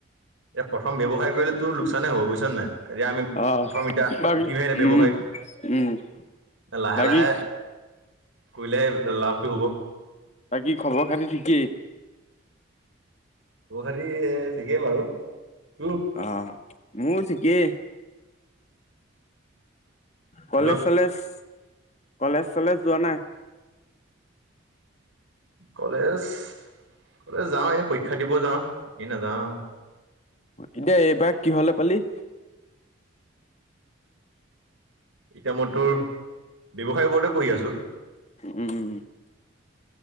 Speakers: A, on the right (about 75°); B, on the left (about 35°).
A: এতিয়া প্ৰথম ব্যৱসায় কৰিলে তোৰ লোকচানহে হবুজছ নাই এতিয়া আমি প্ৰথম
B: অ
A: এতিয়া
B: বাকী
A: উঠিমহে এতিয়া
B: উম
A: ব্যৱসায়ত
B: উম,
A: লাহে-লাহে
B: বাকী
A: কৰিলেহে লাভটো হ'ব।
B: বাকি খবৰ খাতি ঠিকেই।
A: বখাটী থঠিকেই বাৰু। তোৰ
B: আহ ম ঠিকে। কলেজ
A: হেল্ল'
B: চলেজ - কলেজ চলেজ যোৱা নাই।
A: কলেজ-কলেজ যাও এই পৰীক্ষা দিব যাওঁ এ নাযাওঁ।
B: এতিয়া এইবাৰ কি হলে পালি?
A: এতি ম তোৰ ব্যৱসায় বৰতে বহি আছো।
B: উম,